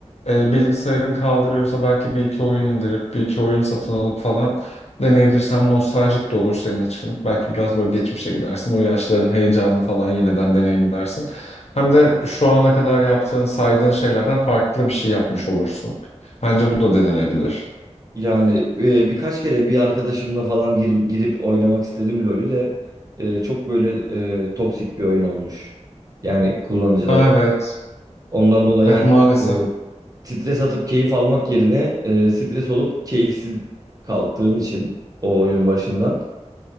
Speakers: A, on the left; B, on the right.
A: e, bilgisayarın kaldırıyorsa belki bir iki oyun indirip bir iki oyun satın alıp falan deneyebilirsem nostaljik de olur senin için. Belki biraz böyle geçmişe gidersin. O yaşların heyecanını falan yeniden deneyimlersin. Hem de şu ana kadar yaptığın, saydığın şeylerden farklı bir şey yapmış olursun. Bence bu da denenebilir.
B: Yani e, birkaç kere bir arkadaşımla falan girip, girip oynamak istedim LoL'ü de e, çok böyle e, toksik bir oyun olmuş. Yani kullanıcıları.
A: Aa, evet.
B: Ondan dolayı
A: Evet
B: hani
A: maalesef.
B: e, stres atıp keyif almak yerine e, stres olup keyifsiz kalktığım için o oyun başından